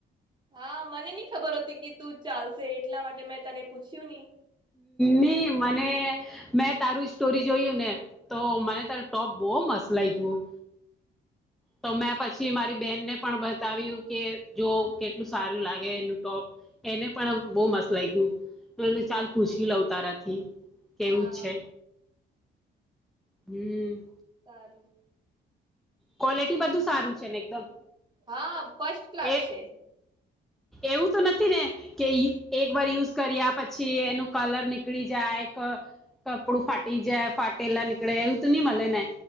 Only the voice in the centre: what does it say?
ની મને મેં તારું સ્ટોરી જોયું ને તો મને તારું ટોપ બો મસ્ત લાગ્યું. તો મેં પછી મારી બેનને પણ બતાવ્યું કે જો કેટલું સારું લાગે એનું ટોપ એને પણ બો મસ્ત લાયગુ ચાલ પૂછી લઉ તારાથી. કેવું
છે. હમ્મ.
ક્વોલિટી બધું સારું છે ને એકદમ?
એ
એવું તો નથી ને કે ઇ એક વાર યુઝ કર્યા પછી એનું કલર નીકળી જાય ક કપડું ફાટી જાય ફાટેલા નીકળે એવું તો ની મલે ને?